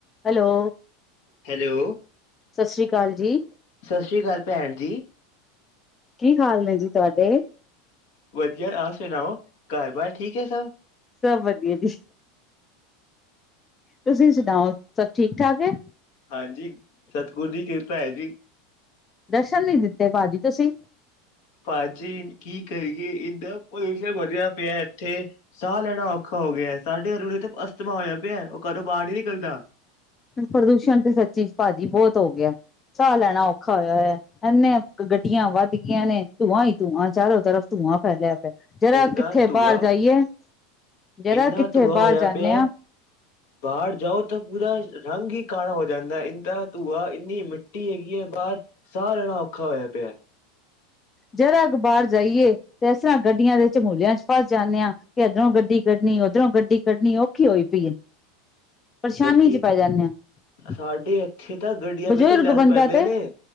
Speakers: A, on the left (about 20°); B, on the left (about 65°).
A: Hello
B: hello
A: ਸਤਿ ਸ੍ਰੀ ਅਕਾਲ ਜੀ
B: ਸਤਿ ਸ੍ਰੀ ਅਕਾਲ ਭੈਣ ਜੀ
A: ਕੀ ਹਾਲ ਨੇ ਜੀ ਤੁਹਾਡੇ?
B: ਵਧੀਆ ਆਪ ਸੁਣਾਓ ਘਰ ਬਾਰ ਠੀਕ ਹੈ ਸਭ?
A: ਸਭ ਵਧੀਆ ਜੀ ਤੁਸੀਂ ਸੁਣਾਓ ਸਭ ਠੀਕ ਠਾਕ ਹੈ
B: ਹਾਂਜੀ ਸਤਿਗੁਰੂ ਦੀ ਕਿਰਪਾ ਹੈ ਜੀ
A: ਦਰਸ਼ਨ ਨ ਦਿੱਤੇ ਭਾਜੀ ਤੁਸੀਂ
B: ਭਾਜੀ ਕੀ ਕਰੀਏ ਏਦਾ ਪ੍ਰਦੂਸ਼ਣ ਵਧੀਆ ਪਿਆ ਇੱਥੇ ਸਾਹ ਲੈਣਾ ਔਖਾ ਹੋ ਗਿਆ ਸਾਡੇ ਹਲੂੜਥ ਅਸਥਮਾ ਹੋਇਆ ਪਿਆ ਘਰੋਂ ਬਾਹਰ ਨੀ ਨਿਕਲਦਾ।
A: ਪ੍ਰਦੂਸ਼ਣ ਤੇ ਸੱਚੀ ਭਾਜੀ ਬਹੁਤ ਹੋ ਗਿਆ ਚਾਹ ਲੈਣਾ ਔਖਾ ਹੋਇਆ ਹੋਇਆ ਇਨੇ ਗੱਡੀਆਂ ਵੱਧ ਗਈਆਂ ਨੇ ਧੂੰਆਂ ਹੀ ਧੂੰਆਂ ਚਾਰੋ ਤਰਫ ਧੂੰਆਂ ਫੈਲਿਆ ਪਿਆ ਜਰਾ
B: ਇੰਨਾ
A: ਕਿੱਥੇ
B: ਧੂੰਆ
A: ਬਾਹਰ ਜਾਈਏ ਜਰਾ
B: ਇੰਨਾ
A: ਕਿੱਥੇ
B: ਧੂੰਆ ਹੋਇਆ
A: ਬਾਹਰ ਜਾਂਦੇ
B: ਪਿਆ।
A: ਹਾਂ
B: ਬਾਹਰ ਜਾਓ ਤਾਂ ਪੂਰਾ ਰੰਗ ਹੀ ਕਾਲਾ ਹੋ ਜਾਂਦਾ ਇੰਦਾ ਧੂੰਆ ਇੰਨੀ ਟੁੱਟੀ ਹੈਗੀ ਹੈ ਬਾਹਰ ਸਾਹ ਲੈਣਾ ਔਖਾ ਹੋਇਆ ਪਿਆ
A: ਜਰਾ ਅ ਬਾਹਰ ਜਾਈਏ ਤੇ ਇਸ ਤਰ੍ਹਾਂ ਗੱਡੀਆਂ ਦੇ ਚਝਮੂਲਿਆਂ ਚ ਫਸ ਜਾਂਦੇ ਹਾਂ ਕਿ ਇੱਧਰੋਂ ਗੱਡੀ ਕੱਢਣੀ ਉੱਧਰੋਂ ਗੱਡੀ ਕੱਢਣੀ ਔਖੀ ਹੋਈ ਪਈ ਪਰੇਸ਼ਾਨੀ
B: ਗੱਡੀ
A: ਚ ਪੈ ਜਾਂਦੇ ਹਾਂ
B: ਸਾਡੇ ਇੱਥੇ ਤਾਂ ਗੱਡੀਆਂ
A: ਬਜ਼ੁਰਗ
B: ਵਿੱਚ ਲੜ
A: ਬੰਦਾ
B: ਪੈਂਦੇ
A: ਤੇ
B: ਨੇ।